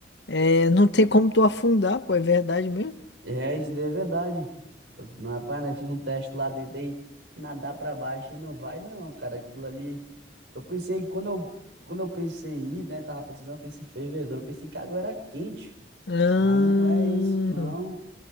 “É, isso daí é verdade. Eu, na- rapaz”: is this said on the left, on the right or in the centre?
Right